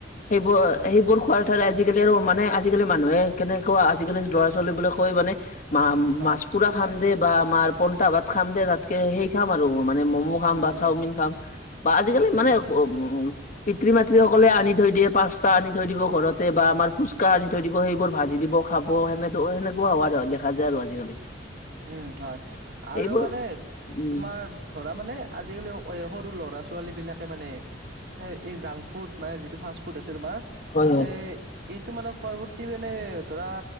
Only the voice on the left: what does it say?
সেইবোৰ
সেইবোৰ
খোৱাৰে ঠাইত আজিকালি আৰু মানে আজি - আজিকালি মানুহে কেনেকুৱা আজিকালি ল'ৰা - ছোৱালীবোলে কৈ মানে মা
মাছ- পুৰা খাম দে বা মাৰ পন্টা ভাত খাম দে তাত। সেই খাম আৰু মানে ম'ম' খাম
বা
চাওমিন খাম বা আজিকালি
মানে উ- পিতৃ - মাতৃসকলে আনি থৈ দিয়ে পাচতা আনি থৈ দিব ঘৰতে বা আমাৰ ফুচকা আনি- থৈ দিব সেইবোৰ ভাজি দিব খাব সেনে সেনেকুৱা হোৱা দেখা যায় আৰু আজিকালি।
এইবোৰ
উম
হয়